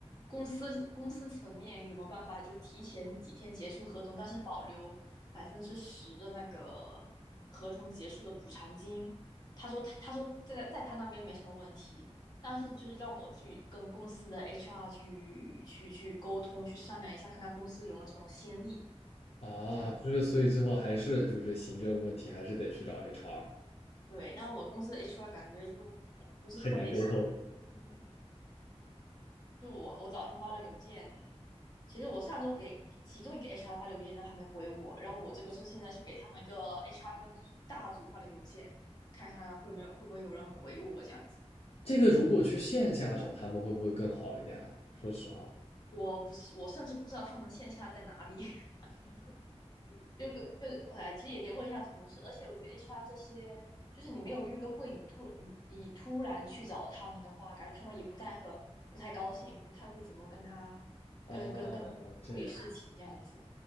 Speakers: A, on the left (about 40°); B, on the left (about 65°).
A: 公司公司层面有没有办法就提前几天结束合同，但是保留百分之十的那个合同结束的补偿金。他说他他说在在他那边没什么问题，但是就是让我去跟公司的 HR 去去去沟通，去商量一下，看看公司有没有这种先例，
B: 啊，
A: 这样。
B: 就是所以最后还是就是行政问题，还是得去找 HR，
A: 对，但我公司的 HR 感觉就不是特别
B: 很难沟通。
A: 就我我早上发的邮件，其实我上周给其中一个 HR 发的邮件都还没回我，然后我这个是现在是给他们一个 HR 那个组大组发的邮件，看看会没有会不会有人回我这样子。
B: 这个如果去线下找他们会不会更好一点啊？说实话。
A: 我不是，我甚至不知道他们线下在哪里，<laughs> 就个就哎，其实也得问一下同事。而且我觉得 HR 这些，就是你没有约会，你突然你你突然去找他们的话，感觉他们也不太很不太高兴，不太会怎么跟他
B: 哦，
A: 跟跟跟处理事情这样子。
B: 这样，